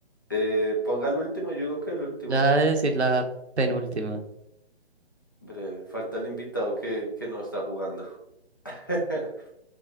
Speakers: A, on the left; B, on the right.
A: Eh, ponga el último, yo digo que el último.
B: Ya voy a decir la penúltima.
A: Hombre, falta el invitado que, que no está jugando. <laughs>